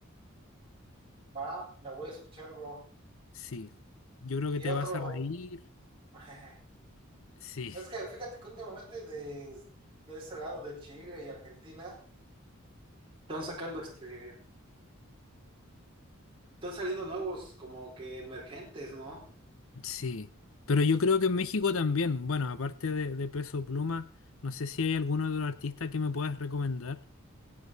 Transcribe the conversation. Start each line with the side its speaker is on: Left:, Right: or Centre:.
Right: Va, la voy a escuchar, bro.
Left: sí, yo creo
Right: Y
Left: que te
Right: otro,
Left: vas a reír.
Right: <laughs>
Left: Sí,
Right: es que fíjate que últimamente de, de ese lado de Chile y Argentina están sacando este, están saliendo nuevos como que emergentes, ¿no?
Left: sí. Pero yo creo que en México también, bueno, aparte de, de Peso Pluma, no sé si hay algún otro artista que me puedas recomendar.